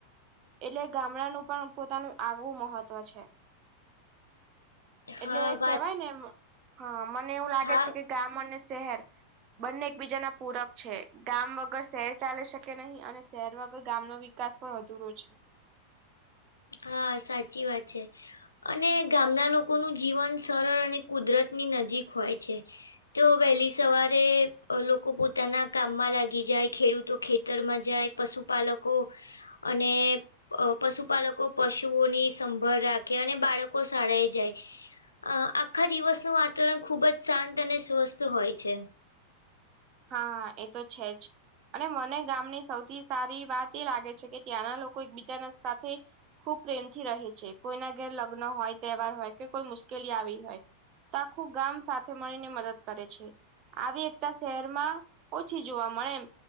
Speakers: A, on the right; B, on the left.
A: એટલે ગામડાનું પણ પોતાનું આગવું મહત્વ છે,
B: હા
A: એટલે
B: વાત
A: કેવાય ને એમ હ મને એવું લાગે
B: હા
A: છે, કે ગામ અને શહેર બંને એકબીજા ના પૂરક છે, ગામ વગર શહેર ચાલે શકે નહીં અને શહેર વગર ગામ નો વિ કાસ પણ અધુરો છે.
B: હા સાચી વાત છે. અને ગામના લોકોનું જીવન સરળ અને કુદરતની નજીક હોય છે. તો વહેલી સવારે લોકો પોતાના કામમાં લાગી જાય, ખેડૂતો ખેતરમાં જાય પશુપાલકો અને પશુપાલકો પશુઓની સંભળ રાખે અને બાળકો શાળાએ જાય અ આખા દિવસનું વાતાવરણ ખુબ જ શાંત અને સ્વસ્થ હોય છે.
A: હા, એ તો છે જ અને મને ગામની સૌથી સારી વાત એ લાગે છે કે ત્યાંના લોકો એકબીચારા સાથે ખૂબ પ્રેમથી રહે છે. કોઈના ઘેર લગ્ન હોય તહેવાર હોય કે કોઈ મુશ્કેલી આવી હોય આખું ગામ સાથે મળીને મદદ કરે છે. આવી એકતા શહેરમાં ઓછી જોવા મળે એમ